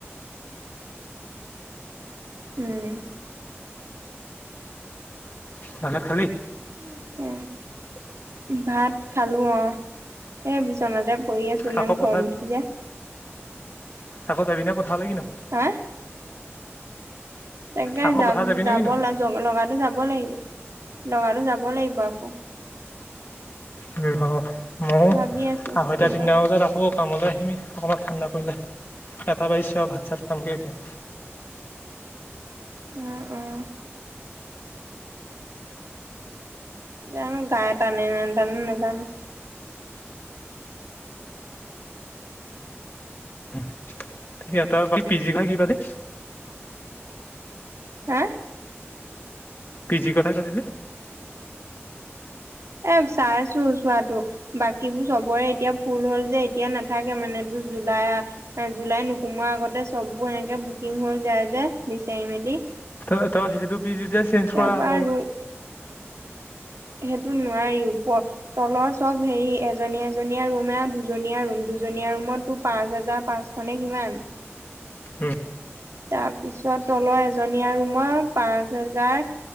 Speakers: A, on the right; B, on the left.
A: উম।
B: ভাত চাট খালি?
A: <unintelligible> ভাত খালো অ, এই বিচনাতে পৰি আছো ইমান
B: আকৌ পথাৰ
A: গৰম উঠি যায়।
B: আকৌ যাবিনে পঠালে কি নো?
A: কাৰ তাকে
B: আকৌ
A: যাম
B: পথাৰ যাবিনে
A: যাব
B: কিনো
A: লগা যাব লাগিব লগাটো যাব লাগিব আকৌ।
B: উম অ ময়ো
A: ভাবি আছো
B: আঢ়ৈটা
A: কি
B: তিনিটা
A: হয়
B: মান বজাত আহো। অ কামলৈ আহিমে অকণমান ঠাণ্ডা পৰিলে এটা বাজিছে আৰু ভাত চাত খামগে এতিয়া।
A: উম উম। জানো গা টানে নেটানে নাজানো।
B: যি আটৰ ক, এই পিজি পা কি পাতে?
A: চাৰ
B: পি জি কথা কাটিলে
A: এ চাইছো চোৱাটো বাকীবোৰ চবৰে এতিয়া ফুল হ'ল যে এতিয়া নাথাকে মানে তোৰ জুলাই জুলাই নোসোমোৱা আগতে চববোৰ এনেকে বুকিং হৈ যায় যে বিচাৰি মেলি
B: ত তই সেইটো পি জি তে চেঞ্জ
A: তাৰপৰা
B: কৰা আকৌ
A: ৰুম সেইটো নোৱাৰি ওপৰত। তলৰ চব হেৰি এজনী এজনীয়া ৰুম এৰা দুজনীয়া ৰুম দুজনীয়া ৰুমতো পাঁচ হাজাৰ পাঁচ মানে কিমান?
B: উম
A: তাৰপিছত তলৰ এজনীয়া ৰোমৰ পাঁচ হেজাৰ